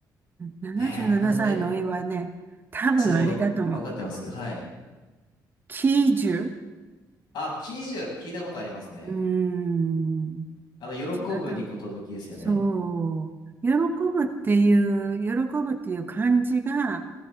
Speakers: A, on the right; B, on the left.
A: 77歳のお祝いはね、
B: えーな、え、
A: 多分あれだと思う。
B: ちなみにわ、わかってますはい。
A: 喜寿
B: あ、喜寿、聞いたことありますね。
A: うーん。
B: あの、喜ぶに寿ですよね。
A: 違った。そう。喜ぶっていう、喜ぶっていう漢字が、